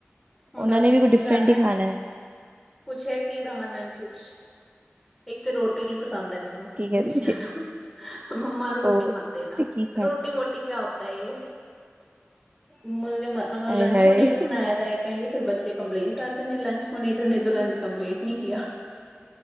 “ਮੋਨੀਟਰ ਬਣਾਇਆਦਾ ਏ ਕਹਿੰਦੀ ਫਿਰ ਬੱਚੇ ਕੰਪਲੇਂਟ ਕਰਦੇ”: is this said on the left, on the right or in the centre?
Centre